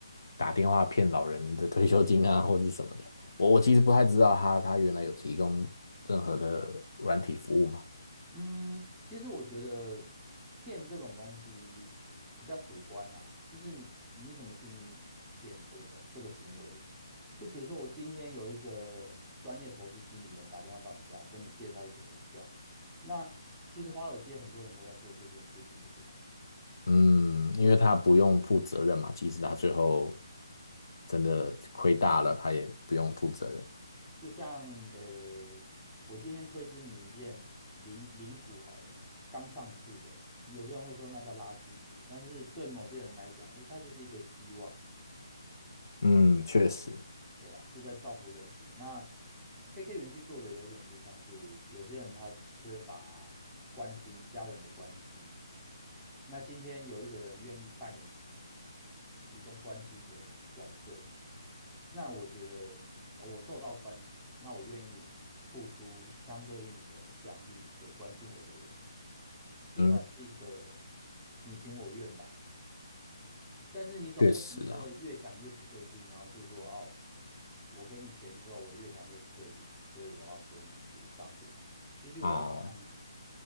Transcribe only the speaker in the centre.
嗯，其实我觉得骗这种东西比较主观啦，就是你怎么定义骗这个东这个行为？就比如说，我今天有一个专业投资经理人打电话到你家，跟你介绍一只股票，那其实华尔街很多人都在做这件事情，不是吗？
就像呃，我今天推知你一件零零股好了，刚上市的，有些人会说那叫垃圾股，但是对某些人来讲，诶，它就是一个希望。
对啊，是在造福人群。那 KK 园区做的有点就像是有些人他缺乏关心，家人的关心。那今天有一个人愿意扮演提供关心的角色，那我觉得呃我受到关心了，那我愿意付出相对应的奖励给关心我的人，这算是一个
你情我愿吧。但是你总不能因为越想越不对劲，
然后就说哦，我给你钱之后，我越想越不对劲，所以我要说你是诈骗，这就有点像，